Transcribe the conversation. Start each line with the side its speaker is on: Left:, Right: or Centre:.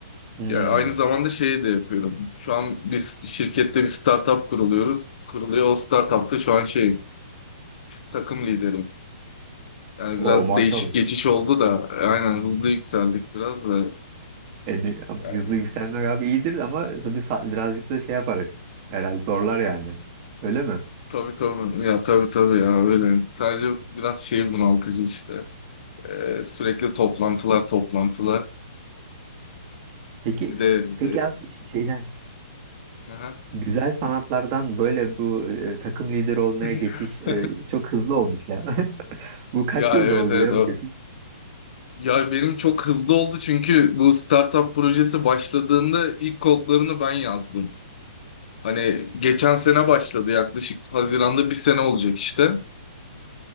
Right: Hmm.
Left: Ya aynı zamanda şeyi de yapıyorum. Şu an biz şirkette bir startup kuruluyoruz. Kuruluyor. O startupta şu an şey takım lideri. Yani
Right: O
Left: biraz
Right: maşallah.
Left: değişik geçiş oldu da aynen hızlı yükseldik biraz da.
Right: E, ne-
Left: Yani,
Right: hızlı yükselmek abi iyidir ama tabii sa- birazcık da şey yapar. Herhalde zorlar yani. Öyle mi?
Left: tabii tabii ya tabii tabii ya öyle. Sadece biraz şey bunaltıcı işte. Ee, sürekli toplantılar toplantılar.
Right: Peki
Left: Bir de
Right: peki abi ş- şeyden
Left: ee, aha.
Right: güzel sanatlardan böyle bu e, takım lideri olmaya
Left: <laughs>
Right: geçiş e, çok hızlı olmuş ya. <laughs> Bu kaç
Left: ya
Right: yılda
Left: evet
Right: oldu
Left: evet
Right: ya
Left: o-
Right: bu geçiş?
Left: Ya benim çok hızlı oldu çünkü bu startup projesi başladığında ilk kodlarını ben yazdım. Hani geçen sene başladı yaklaşık Haziran'da bir sene olacak işte.